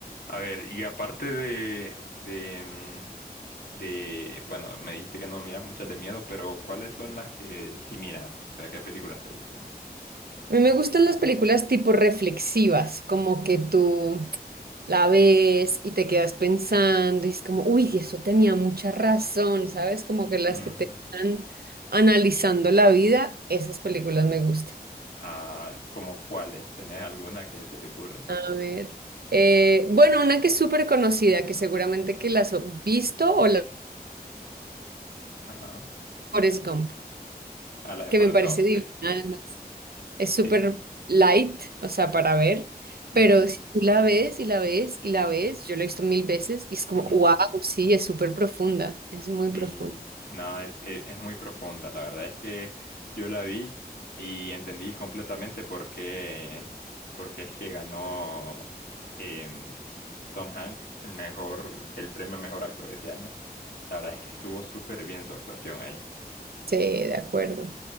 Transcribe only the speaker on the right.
A mí me gustan las películas tipo reflexivas, como que tú la ves y te quedas pensando y es como, uy, eso tenía mucha razón, ¿sabes? Como que las
que te están analizando la vida, esas películas me gustan.
A ver. Eh, bueno, una que es súper conocida, que seguramente que la has visto, o la
Forrest Gump,
que
me parece
divina
además.
Es súper
light, o sea, para ver, pero
si tú la ves y la ves y la ves, yo la he visto mil veces y es como,
wow, sí, es súper profunda, es muy
profunda.
Sí, de acuerdo.